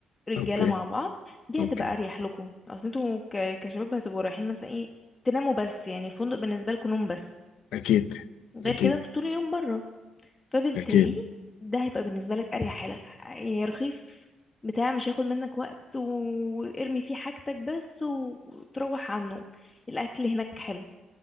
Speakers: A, on the left; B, on the left.
A: رجالة
B: اوكي
A: مع بعض دي
B: اوكي
A: هتبقى اريح لكم اصل انتوا ك- كشباب هتبقوا رايحين مثلا ايه تناموا بس يعني الفندق بالنسبة لكم نوم بس
B: اكيد اكيد
A: غير كده انتوا طول اليوم بره فبالتالي
B: اكيد
A: ده هيبقى بالنسبة لك اريح حاجة يعني رخيص بتاع مش هياخد منك وقت وارمي فيه حاجتك بس و- وتروح عنه الاكل هناك حلو